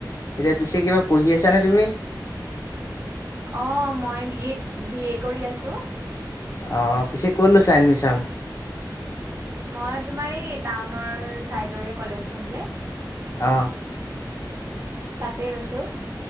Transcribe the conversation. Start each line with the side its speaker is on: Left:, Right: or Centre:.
Left: এতিয়া পিছে কিবা পঢ়ি আছা নে তুমি?
Right: অ মই বিএ, বি এ কৰি আছো।
Left: অহ পিছে ক'ত লৈছা এডমিছন।
Right: মই তোমাৰ এই টাউনৰ চাইডৰে কলেজখন যে
Left: আহ
Right: তাতে লৈছো।